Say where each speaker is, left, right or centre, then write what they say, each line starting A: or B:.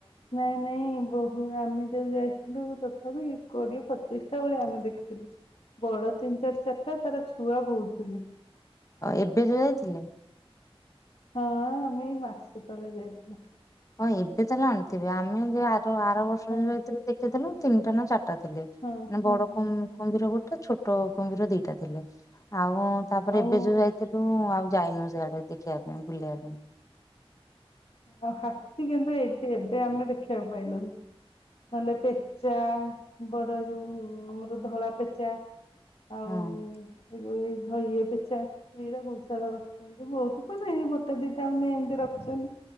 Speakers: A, on the left; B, on the left.
A: ନାଇଁ ନାଇଁ ବହୁ ଆମେ ଯୋଉ ଯାଇଥିଲୁ ତଥାପି କୋଡିଏ ପଚିଶଟା ଭଳିଆ ଆମେ ଦେଖିଥିଲୁ। ବଡ ତିନି ଚାରି ଚାରିଟା ତାର ଛୁଆ ବହୁତ ଥିଲେ।
B: ଆ ଏବେ ଯୋଉ ଯାଇଥିଲେ?
A: ହଁ ଆମେ ଏଇ ମାସେ ତଳେ ଯାଇଥିଲୁ।
B: ହଁ ଏବେ ତାହେଲେ ଆଣିଥିବେ, ଆମେ ଯେ ଆର ଆର ବର୍ଷ
A: ହଁ
B: ଯୋଉ ଯାଇଥିଲୁ ଦେଖିଥିଲୁ। ତିନିଟା ନା ଚାରିଟା ଥିଲେ,
A: ହଁ
B: ମାନେ
A: ହଁ
B: ବଡ
A: ହଁ
B: କୁମ୍ଭୀର
A: ହଁ।
B: ଗୋଟେ ଛୋଟ କୁମ୍ଭୀର ଦି ଟା ଥିଲେ ଆଉ ତାପରେ
A: ଆଉ
B: ଏବେ ଯୋଉ ଯାଇଥିଲୁ ଆଉ ଯାଇନୁ ସିଆଡେ। ଦେଖିଆ ପାଇଁ ବୁଲିଆ ପାଇଁ।
A: ଆଉ ହାତୀ କିନ୍ତୁ ଏବେ ଏବେ ଆମେ ଦେଖିଆକୁ ପାଇଲୁନି। ନହେଲେ ପେଚା ବଡ ଯୋଉ ଆମର ଧଳା ପେଚା ଆଉ
B: ହଁ।
A: ଏ ଯୋଉ ଏଇ ଘ ଇଏ ପେଚା। ଏଇରା ବହୁତ ସାରା ରଖିଛନ୍ତି ବହୁତ କଣ ଏଇ ଗୋଟେ ଦିଟା ଖଣ୍ଡେ ଏମିତି ରଖିଛନ୍ତି।